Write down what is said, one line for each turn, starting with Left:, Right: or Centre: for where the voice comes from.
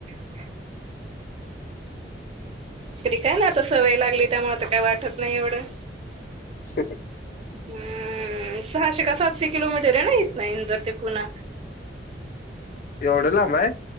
Right: <inaudible> तरी काय ना आता सवय लागली त्यामुळे आ काय वाटत नाही एवढं.
Left: हम्.
Right: हम्म सहाशे का सातशे किलोमीटर आहे ना इथं ना इंदर ते पुणा.
Left: एवढ्या लांब आहे?